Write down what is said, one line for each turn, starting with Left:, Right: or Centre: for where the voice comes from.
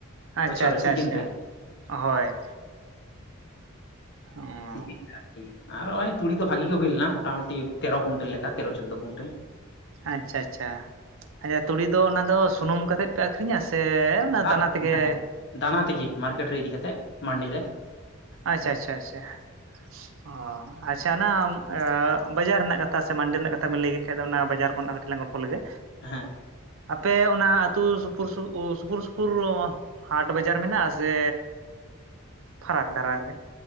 Right: ᱟᱪᱪᱷᱟ
Left: ᱵᱚᱪᱷᱚᱨ
Right: ᱟᱪᱪᱷᱟ
Left: ᱨᱮ ᱥᱤᱡᱤᱱ
Right: ᱟᱪᱪᱷᱟ
Left: ᱨᱮ
Right: ᱦᱳᱭ ᱦᱚᱸ
Left: ᱥᱤᱡᱤᱱ ᱟᱨᱠᱤ ᱟᱨ ᱱᱚᱜ-ᱚᱭ ᱛᱩᱲᱤ ᱫᱚ ᱵᱷᱟᱜᱤ ᱜᱮ ᱦᱩᱭ ᱞᱮᱱᱟ ᱢᱚᱴᱟᱢᱩᱴᱤ ᱛᱮᱨᱚ ᱠᱩᱭᱤᱱᱴᱮᱞ ᱞᱮᱠᱟ ᱛᱮᱨᱚ ᱪᱳᱫᱽᱫᱳ ᱠᱩᱭᱤᱱᱴᱮᱞ
Right: ᱟᱪᱪᱷᱟ ᱟᱪᱪᱷᱟ, ᱟᱪᱪᱷᱟ ᱛᱩᱲᱤ ᱫᱚ ᱚᱱᱟ ᱫᱚ ᱥᱩᱱᱩᱢ ᱠᱟᱛᱮᱫ ᱯᱮ ᱟᱠᱷᱨᱤᱧᱟ ᱥᱮ ᱚᱱᱟ
Left: <unintelligible>
Right: ᱫᱟᱱᱟ ᱛᱮᱜᱮ
Left: ᱫᱟᱱᱟ ᱛᱮᱜᱮ ᱢᱟᱨᱠᱮᱴ ᱨᱮ ᱤᱫᱤ ᱠᱟᱛᱮ ᱢᱟᱱᱰᱤ ᱨᱮ
Right: ᱟᱪᱪᱷᱟ ᱟᱪᱪᱷᱟ ᱟᱪᱪᱷᱟ ᱚ ᱟᱪᱪᱷᱟ, ᱚᱱᱟ ᱵᱟᱡᱟᱨ ᱨᱮᱱᱟᱜ ᱠᱟᱛᱷᱟ ᱥᱮ ᱢᱟᱱᱰᱤ ᱨᱮᱱᱟᱜ ᱠᱟᱛᱷᱟ ᱵᱮᱱ ᱞᱟᱹᱭ ᱠᱮᱫ ᱠᱷᱟᱱ ᱫᱚ ᱚᱱᱟ ᱵᱟᱡᱟᱨ ᱠᱷᱚᱱᱟᱜ ᱠᱟᱹᱴᱤᱡ ᱞᱟᱝ ᱜᱚᱞᱯᱚ ᱞᱮᱜᱮ
Left: ᱦᱮᱸ
Right: ᱟᱯᱮ ᱚᱱᱟ ᱟᱹᱛᱩ ᱥᱩᱯᱩᱨ ᱥᱩᱯᱩᱨ ᱥᱩᱯᱩᱨ ᱦᱟᱴ ᱵᱟᱡᱟᱨ ᱢᱮᱱᱟᱜ-ᱟ ᱥᱮ ᱯᱷᱟᱨᱟᱠ ᱫᱷᱟᱨᱟ ᱨᱮᱜᱮ?